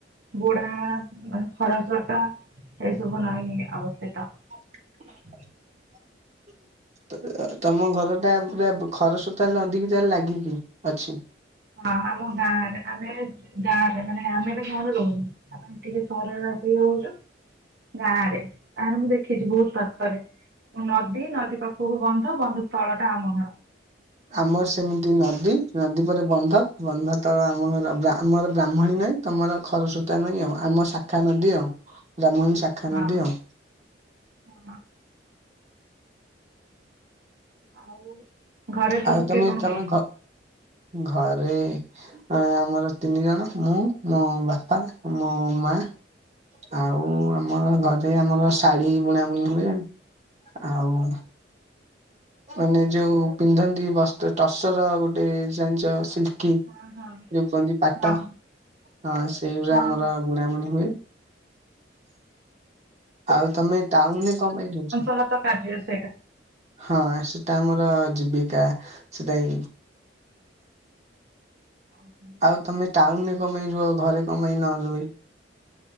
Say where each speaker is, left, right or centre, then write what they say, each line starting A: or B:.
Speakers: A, on the right; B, on the right.
A: ବୁଡା ମାନେ ଖରସ୍ରୋତା ଏହି ସବୁ ନଈ ଅବସ୍ଥିତ।
B: <unintelligible> ତମ ଘରଟା ପୁର ଖରସ୍ରୋତା ନଦୀକୁ ତାଲେ ଲାଗିକି ଅଛି?
A: ହଁ ଆମ ଗାଁରେ ଆମେ ଗାଁରେ ମାନେ ଆମେ ଏବେ ଘରେ ରହୁନୁ। ଆମେ ଟିକେ ସହରରେ ଆସିକି ବୋତ ଗାଁ ରେ ତାହେଲେ ମୁଁ ଦେଖିଛି ବହୁତ ପାଖରେ ନଦୀ ନଦୀ ପାଖକୁ ବନ୍ଧ ବନ୍ଧ ତଳଟା ଆମ ଘର।
B: ଆମର ସେମିତି ନଦୀ, ନଦୀ ପରେ ବନ୍ଧ, ବନ୍ଧ ତଳ ଆମର ଆମର ବ୍ରାହ୍ମଣୀନଈ ତମର ଖରସ୍ରୋତା ନଈ ଆଉ ଆମ ଶାଖା ନଦୀ ଆଉ ବ୍ରାହ୍ମଣୀ ସା ଖା
A: ହଁ
B: ନଦୀ ଆଉ
A: ହଁ ଆଉ ଘରେ ସବୁ
B: ଆଉ ତମେ
A: କିଏ କଣ
B: ତମେ
A: କରୁଛନ୍ତି?
B: ଘ ଘରେ ଆମର ତିନି ଜଣ ମୁଁ ମୋ ବାପା, ମୋ ମା ଆଉ ଆମ ଘରେ ଆମର ଶାଢୀ ବୁଣା ବୁଣି ହୁଏ ଆଉ ମାନେ ଯୋଉ ପିନ୍ଧନ୍ତି ବସ ଟସର ଗୋଟେ ଜାଣିଛ କି
A: ହଁ ହଁ
B: ଯୋଉ କୁହନ୍ତି ପାଟ
A: ହଁ
B: ହଁ ସେଇ ଗୁରା
A: ହଁ
B: ଆମର ବୁଣାବୁଣି ହୁଏ, ଆଉ ତମେ ଟାଉନରେ କଣ ପାଇଁ ରହୁଛ?
A: ତ କାର୍ଯ୍ୟ ସେଇଟା
B: ହଁ ସେଟା ଆମର ଜୀବିକା, ସେଟା ଇ
A: ଓହୋ।
B: ଆଉ ତମେ ଟାଉନରେ କଣ ପାଇଁ ରୁହ ଘରେ କଣ ପାଇଁ ନରହି?